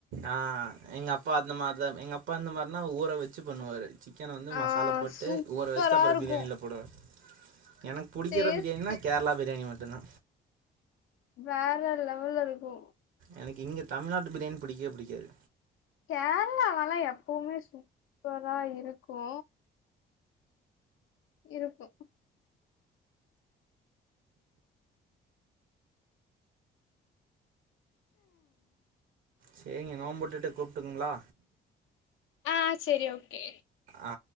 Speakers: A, on the right; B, on the left.
A: ஆ எங்கப்பா அந்த மார்தா எங்கப்பா அந்த மார்னா ஊற வச்சு பண்ணுவாரு சிக்கன் வந்து
B: ஆ
A: மசா லா போட்டு
B: சூப்பரா
A: ஊற வச்ட்டு அப்றோ
B: இருக்கு
A: பிரியாணில போடுவாரு எனக்கு புடிக்கற
B: டேஸ்ட்டு
A: பிரியாணினா கேரளா பிரியாணி மட்டுந்தா
B: வேற லெவல்லருக்கூ
A: எனக்கு இங்க தமிழ்நாட்டு பிரியாணி புடிக்கவே புடிக்காது
B: கேரளாலலா எப்பவ்மே சூப்பரா இருக்கி இருக்கூ
A: செரிங்க நோம்பு உட்டுட்டு கூப்ட்டுங்ளா
B: ஆ செரி ஓகே
A: ஆ